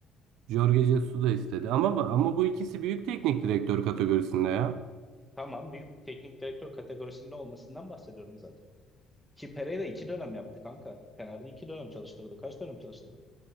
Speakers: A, on the right; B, in the centre.
A: Jorge Jesus da istedi. Ama ama bu ikisi büyük teknik direktör kategorisinde ya.
B: Tamam büyük teknik direktör kategorisinde olmasından bahsediyorum zaten. Ki Pereira iki dönem yaptı kanka. Fener'de iki dönem çalıştırdı. Kaç dönem çalıştırdı?